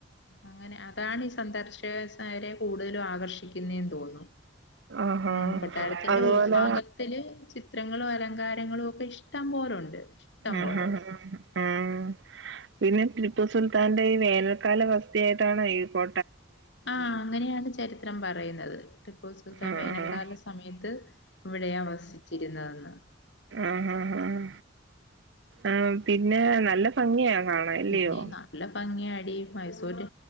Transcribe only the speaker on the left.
അങ്ങനെ അതാണീ സന്ദർശകരെ കൂടുതൽ ആകർഷിക്കുന്നെ എന്ന് തോന്നുന്ന്
ഉം കൊട്ടാരത്തിന്റെ
ഉൾ ഭാഗത്തില് ചിത്രങ്ങളും അലങ്കാരങ്ങളും ഒക്കെ ഇഷ്ടം പോലുണ്ട് ഇഷ്ടം
പോലെ
ആഹ് അങ്ങനെയാണ് ചരിത്രം പറയുന്നത് ടിപ്പു സുൽത്താൻ
വേനൽകാല സമയത്ത് ഇവിടെയാ വസിച്ചിരുന്നത് എന്ന്
പിന്നെ നല്ല ഭംഗിയാടി മൈസൂര്